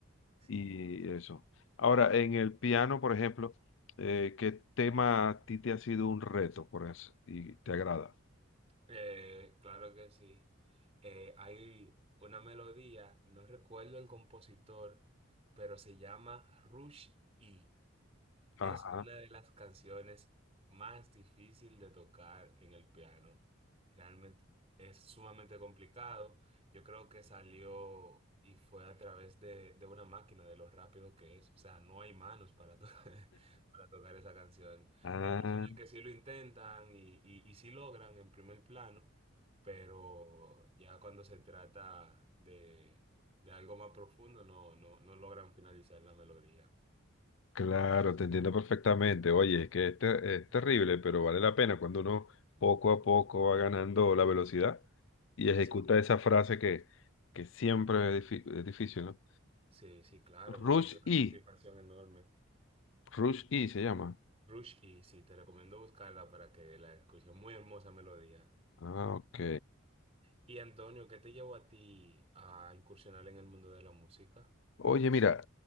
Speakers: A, on the right; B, on the left.
A: Sí,
B: y
A: sí.
B: eso. Ahora, en el piano, por ejemplo, eh, ¿qué tema a ti te ha sido un reto por eso y te agrada?
A: Eh, claro que sí. Eh, hay una melodía, no recuerdo el compositor, pero se llama Rush E.
B: Ajá.
A: Es una de las canciones más difíciles de tocar en el piano. Realmente es sumamente complicado. Yo creo que salió y fue a través de, de una máquina, de lo rápido que es. O sea, no hay manos para, to- <laughs> para tocar esa canción.
B: Ah,
A: Hay personas que sí lo intentan y, y, y sí logran en primer plano, pero ya cuando se trata de, de algo más profundo, no, no, no logran finalizar la melodía.
B: claro, te entiendo perfectamente. Oye, es que es, ter- es terrible, pero vale la pena cuando uno poco a poco va ganando la velocidad y ejecuta
A: Sí.
B: esa frase que, que siempre es, difí- es difícil, ¿no?
A: Sí, sí, claro,
B: Rush
A: uno siente una
B: E,
A: satisfacción enorme.
B: Rush E se llama.
A: Rush y sí, te recomiendo buscarla para que la escuches. Muy hermosa melodía.
B: Ah, ok.
A: Y Antonio, ¿qué te llevó a ti a incursionar en el mundo de la música?
B: Oye, mira,